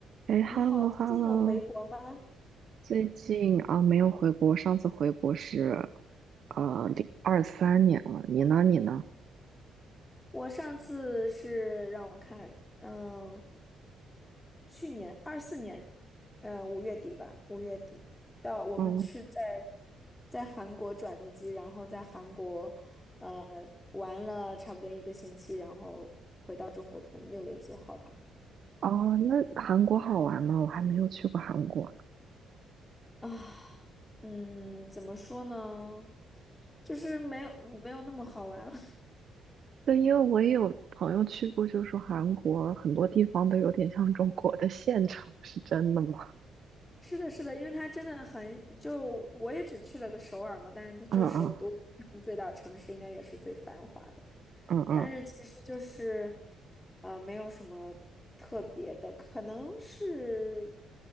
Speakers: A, on the right (about 60°); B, on the left (about 15°).
A: 哎，hello
B: 你好，最近有回国吗？
A: hello，最近啊、没有回国，上次回国是呃零二三年了。你呢？你呢？
B: 我上次是让我看，嗯，去年二四年，呃，五月底吧，五月底到我们是在
A: 嗯，
B: 在韩国转的机，然后在韩国呃玩了差不多一个星期，然后回到中国，可能六月几号吧。
A: 哦，那韩国好玩吗？我还没有去过韩国呢。
B: 啊，嗯，怎么说呢？就是没有没有那么好玩了。
A: 对，因为我也有朋友去过，就说韩国很多地方都有点像中国的县城，是真的吗？
B: 是的，是的，因为它真的很，就我也只去了个首尔嘛，但是它就是首都，
A: 嗯嗯
B: 他们最大城市应该也是最繁华的，
A: 嗯嗯，
B: 但是其实就是，呃，没有什么特别的，可能是